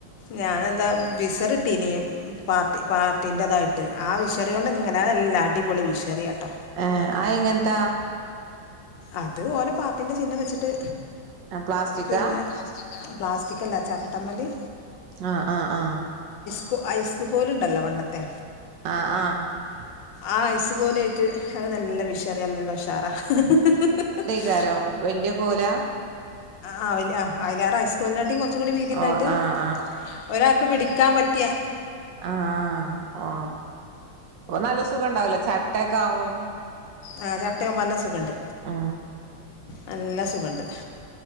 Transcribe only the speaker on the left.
ഞാനന്താ വിരി സരട്ടിനി പാർട്ടി പാർട്ടിന്റെറതായി ത് ആ വിഷറിയോണ്ട് ഇങ്ങനെല്ലാ അടിപൊളി വിഷറിയാട്ടോ
അത് ഓനെ പാത്തിന്റെ ചിഹ്നം വെച്ചിട്ട്
പിന്നെ പ്ലാസ്റ്റിക്ക് അല്ലാം ചാ അമലി
ഐസ് കോലുണ്ടല്ലോ പണ്ടത്തെ
ആ ഐസ് കോലാട്ട് അത് നല്ല വിഷറിയാ നല്ല ഉഷാറാ ഹ ഹ ഹ ഹ
ആ വല്യ ആ വയലാറ് ഹൈസ്കൂളിണ്ടായിട്ടും കുറച്ചും കൂടി വീതി ഉണ്ടായിട്ട്
ഒരാൾക്ക് പിടിക്കും ഇക്കാംപറ്റിയെ
ആഹ് ചട്ടയും പല സുഖമുണ്ട്
നല്ല സുഖണ്ട്